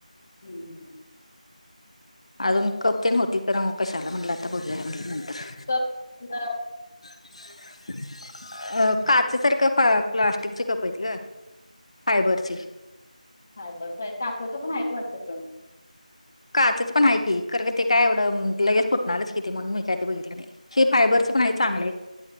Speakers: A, on the left; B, on the left.
A: हम्म हं.
B: अजून कप तेन होती पण कशाला म्हटलं आता बघूया म्हनलं नंतर.
A: कप <unintelligible>
B: <inaudible> अं काचासारखं फ प्लास्टिकची कप येत गं फायबरची.
A: फायबरचय काच चं पण आहे वाटतं त्यो.
B: काचच पण आहे की, करंवे ते काय एवढं लगेच फुटणारच कि ते म्हणून मी काय ते बघितलं नाही. हे फायबरच पण हाय चांगलं.